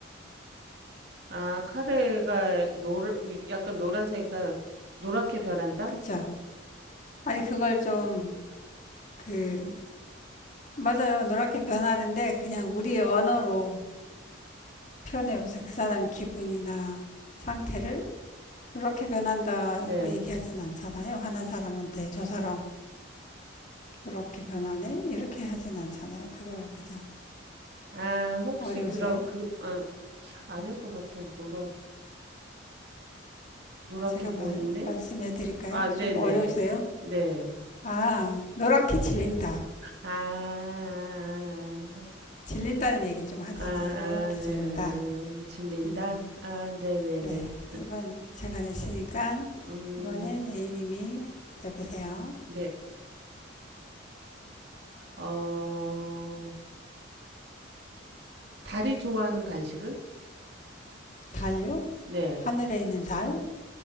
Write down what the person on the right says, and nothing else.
아, 카레가 노라, 약간 노란색이니까 노랗게 변한다?
네.
아, 혹시
그런 그 아, 아닐 것 같아. 노랗 노랗게
보이네?
아, 네네.
네.
네.
아, 아,
아, 아,
아, 네,
음, 음, 질린다?
아, 네네네.
음,
네. 어, 달이 좋아하는 간식은?
네,